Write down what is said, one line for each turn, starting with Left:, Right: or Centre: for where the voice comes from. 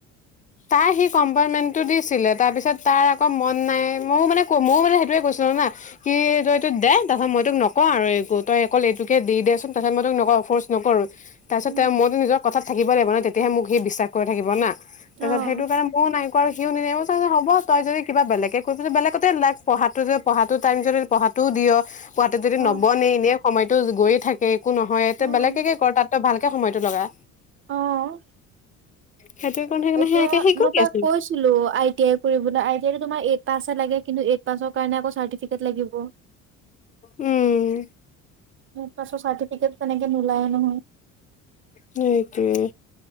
Left: তাৰ সি কম্পাৰমেন্টটো দিছিলে তাৰ পিছত তাৰ আকৌ মন নাই ময়ো মানে ক ময়ো মানে সেইটোয়ে কৈছো। কি তই তোক দে তাৰপিছত মই তোক নকও আৰু তই অকল এইটোকে দি দেচোন তাৰপিছত মই তোক নকওঁ। ফ'ৰ্চ নকৰো। তাৰ পিছত
Right: উম,
Left: তেওঁ মইতো নিজৰ কথাত থাকিব লাগিব ন তেতিয়াহে মোক সি বিশ্বাস কৰি থাকিব না? তাৰপিছত
Right: অ'।
Left: সেইটো কাৰণ ময়ো নাই কোৱা সিও <unintelligible> হ'বই যদি কিবা বেলেকে <unintelligible> বেলেগতে লাগ পঢ়াটো টাইম যদি পঢা টো দিয়ক পুৱাতে যদি
Right: অ'।
Left: নবনে এনেই সময়তো গৈয়ে থাকে একো নহয় তো
Right: অ',
Left: বেলেগে কৰ। তাতো ভাল একে সময়টো লগা।
Right: অ'।
Left: সেইটো কাৰণে সেইকাৰণে
Right: এতিয়া
Left: সেয়াকে সি
Right: মই
Left: কৰি
Right: তাক
Left: আছে
Right: কৈছিলো আই টি আই কৰিবলৈ আই টি আই তোমাৰ এইট পাছ হে লাগে কিন্তু এইট পাছৰ কাৰণে আকৌ চাৰ্টিফিকেট লাগিব।
Left: উম
Right: এইট পাছৰ চাৰটিফিকেট তেনেকে নোলাই নহয়।
Left: সেইটোৱে।